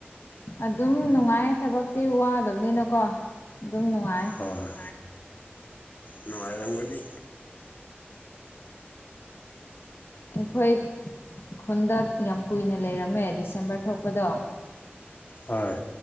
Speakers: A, on the left; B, on the left.
A: ꯑꯗꯨꯝ ꯅꯨꯡꯉꯥꯏ ꯊꯕꯛꯇꯤ ꯋꯥꯗꯕꯅꯤꯅꯀꯣ ꯑꯗꯨꯝ ꯅꯨꯡꯉꯥꯏ
B: ꯑꯣꯏ ꯅꯨꯡꯉꯥꯢꯔꯝꯒꯅꯤ꯫
A: ꯑꯩꯈꯣꯢ ꯈꯨꯟꯗ ꯌꯥꯝ ꯀꯨꯢꯅ ꯂꯩꯔꯝꯃꯦ ꯗꯤꯁꯦꯝꯕꯔ ꯊꯣꯛꯄꯗꯣ꯫
B: ꯍꯣꯏ